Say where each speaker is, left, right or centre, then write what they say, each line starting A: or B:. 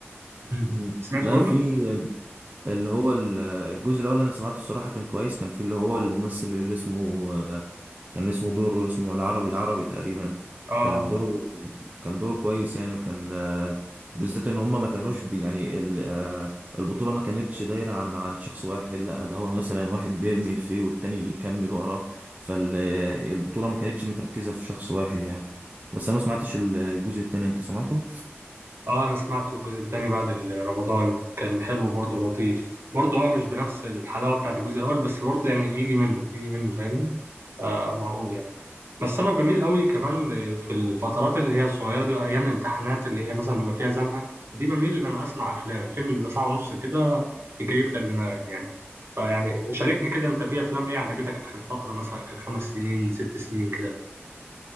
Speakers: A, on the right (about 60°); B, on the right (about 35°).
A: مم.
B: مم.
A: سمعته
B: لا
A: كله
B: في ال- اللي هو ال- الجزء الاول انا سمعته الصراحه كان كويس كان في اللي هو الممثل اللي اسمه آه، كان اسمه دور اسمه العربي عربي تقريبا
A: اه
B: كان دوره كان دوره كويس يعني وكان آه، بالذات ان هم ما كانوش بي يعني ال- آه، البطوله ما كانتش دايره عن عن شخص واحد لا ده هو مثلا واحد بيرمي فيه والتاني يكمل وراه فالبطوله ما كانتش متركزه في شخص واحد يعني بس انا ما سمعتش الجزء التاني انت سمعته؟
A: اه انا سمعته الجزء الثاني بعد ال- رمضان كان حلو برضو لطيف برضو اه مش بنفس الحلاوة بتاعت الجزء الاول بس برضو يعني يجي منه يجي منه فاهمني آه معقول يعني بس انا بميل قوي كمان في الفترات اللي هي الصغيره دي ايام الامتحانات اللي هي مثلا بيبقى فيها زنقه دي بميل ان انا اسمع افلام الفيلم بيبقى ساعه ونص كده يكيف لك دماغك يعني فيعني شاركني كده انت في افلام ايه عجبتك اخر فتره مثلا اخر خمس سنين ست سنين كده